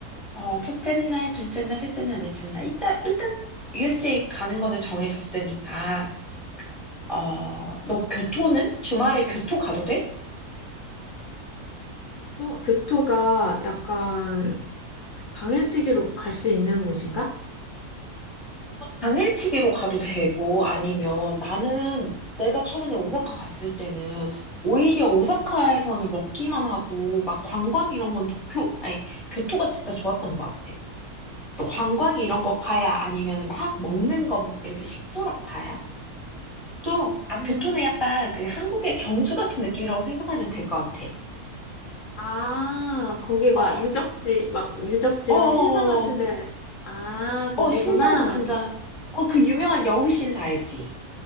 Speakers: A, in the centre; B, on the left.
A: 어, 첫째 날, 둘째 날, 셋째 날, 넷째 날. 일단, 일단, USJ 가는 거는 정해졌으니까, 어, 너 교토는? 주말에 교토 가도 돼?
B: 또 교토가 약간 당일치기로 갈 수 있는 곳인가?
A: 당일치기로 가도 되고, 아니면 나는 내가 최근에 오사카 갔을 때는 오히려 오사카에서는 먹기만 하고, 막 관광 이런 건 도쿄, 아니, 교토가 진짜 좋았던 것 같아. 또 관광 이런
B: 음,
A: 거 파야? 아니면 막 먹는 거 이렇게 식도락 파야? 좀, 아,
B: 음,
A: 교토는 약간 그 한국의 경주 같은 느낌이라고 생각하면 될 것 같아.
B: 아, 거기 막
A: 어,
B: 유적지, 막 유적지랑
A: 어, 어,
B: 신상 같은데,
A: 어,
B: 아,
A: 어,
B: 거기구나.
A: 신사도 진짜, 어, 그 유명한 여우 신사 알지?